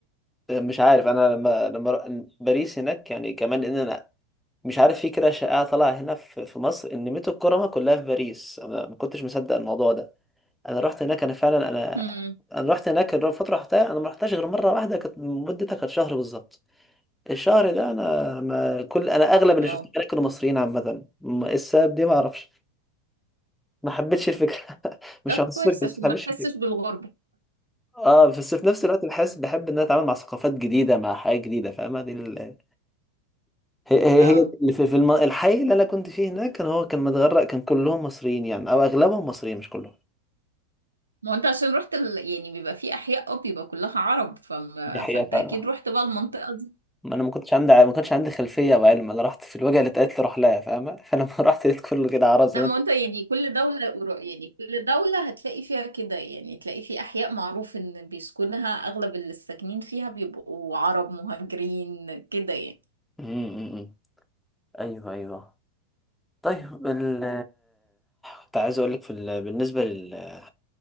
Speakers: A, in the centre; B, on the right.
A: مش عارف انا لما لما ر- باريس هناك يعني كمان ان انا مش عارف في كده شائعه طالعه هنا في في مصر ان ميت الكرمه كلها في باريس انا ما كنتش مصدق الموضوع ده انا رحت هناك انا فعلا انا
B: امم
A: انا رحت هناك الفتره رحتها انا ما رحتهاش غير مره واحده كانت مدتها كانت شهر بالظبط الشهر ده انا ما كل انا اغلب اللي
B: اه
A: شفتهم هناك كانوا مصريين عامه ما- السبب دي ما اعرفش ما حبيتش الفكره <laughs> مش
B: طب
A: عنصري
B: كويس
A: بس
B: عشان
A: ما
B: ما
A: حبيتش
B: تحسش
A: الفكره
B: بالغربة
A: اه بس في نفس الوقت بحس بحب ان انا اتعامل مع ثقافات جديده مع حياه جديده فاهمه دي ال... هي هي
B: اه
A: هي اللي في في الم... الحي اللي انا كنت فيه هناك كان هو كان متغرق كان كلهم مصريين يعني او اغلبهم مصريين مش كلهم
B: ما هو انت عشان رحت ال... يعني بيبقى في احياء اه بيبقى كلها عرب فما...
A: دي حقيقه
B: فانت
A: فعلا
B: اكيد رحت بقى المنطقه دي
A: ما انا ما كنتش عندي ما كنتش عندي خلفيه وعلم انا رحت في الوجهه اللي اتقالت لي روح لها فاهمه فلما <laughs> رحت لقيت كله كده عرب زي
B: لا
A: ما
B: ما
A: انت
B: هو انت يعني كل دوله قرا- يعني كل دوله هتلاقي فيها كده يعني تلاقي في احياء معروف ان بيسكنها اغلب اللي ساكنين فيها بيبقوا عرب مهاجرين كده يعني
A: أمم، أمم، أمم. ايوه ايوه طيب ال كنت عايز اقول لك في ال... بالنسبه لل...